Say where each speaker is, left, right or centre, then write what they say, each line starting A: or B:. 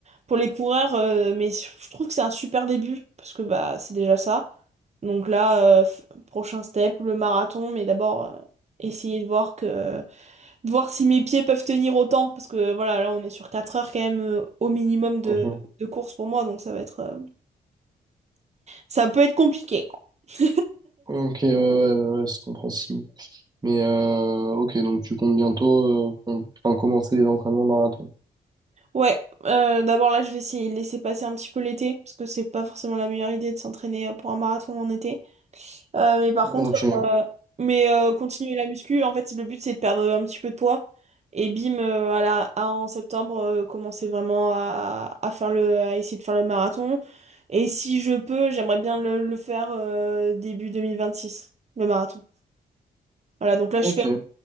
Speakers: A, on the right; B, on the right.
A: pour les coureurs, euh, mais je trouve que c'est un super début parce que bah c'est déjà ça. Donc là, euh, f- prochain step, le marathon, mais d'abord euh, essayer de voir que de voir si mes pieds peuvent tenir autant, parce que voilà, là on est sur 4 heures quand même euh, au minimum de,
B: Mhm.
A: de course pour moi, donc ça va être, euh, ça peut être compliqué. <laughs>
B: Ok, ouais, ouais, ouais, ouais, c'est compréhensible. Mais euh, ok, donc tu comptes bientôt euh, com- enfin, commencer les entraînements marathon.
A: Ouais, euh, d'abord là je vais essayer de laisser passer un petit peu l'été, parce que c'est pas forcément la meilleure idée de s'entraîner euh, pour un marathon en été. Euh, mais par
B: Ok,
A: contre, euh, mais euh, continuer la muscu, en fait, le but c'est de perdre un petit peu de poids. Et bim, euh, à la- à- en septembre, euh, commencer vraiment à, à faire le, à essayer de faire le marathon. Et si je peux, j'aimerais bien le, le faire euh, début 2026, le marathon. Voilà, donc là,
B: ok.
A: je fais,
B: Ouais,